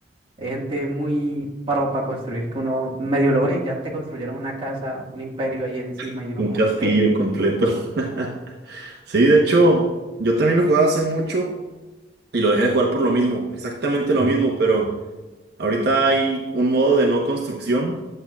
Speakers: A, on the right; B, on the right.
A: Hay gente muy pro para construir que uno medio lo ve y ya te construyeron una casa, un imperio ahí encima
B: <laughs>
A: y uno
B: un
A: como
B: castillo
A: que, ¿qué?
B: completo. <laughs> Sí, de hecho, yo también lo jugaba hace mucho y lo dejé de jugar por lo mismo, exactamente
A: Ujú.
B: lo mismo, pero ahorita hay un modo de no construcción.